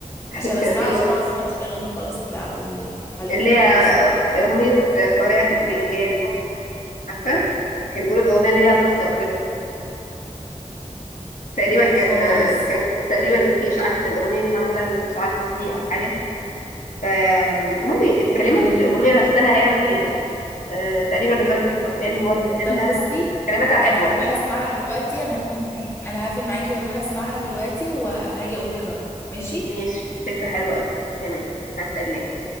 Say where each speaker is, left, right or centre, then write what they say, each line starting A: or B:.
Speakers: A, on the left (about 80°); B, on the left (about 20°).
A: <laughs>
B: عشان اسمع
A: كان في
B: عشان
A: أغنية
B: انا ما سمعتش اغاني خالص لعبد الحليم
A: اللي
B: وبحس
A: هي أغنية قارئة الفنجان دي عارفة كان بيقولوا الأغنية دي ليها قصة وكده تقريبا
B: لا
A: كان
B: خالص
A: كان تقريبا في إشاعات إن الأغنية دي معمولة لسعاد حسني أو حاجة فالمهم الكلمات
B: امم
A: الأغنية نفسها يعني آه، تقريبا نزار القباني هو اللي كاتبها
B: طب بصي
A: كلماتها حلوة
B: انا هروح اسمعها دلوقتي انا هقفل معاكي انا هقفل معاكي واروح اسمعها دلوقتي وهاجي اقول لك رايي ماشي
A: ماشي فكرة حلوة أوي تمام هستناك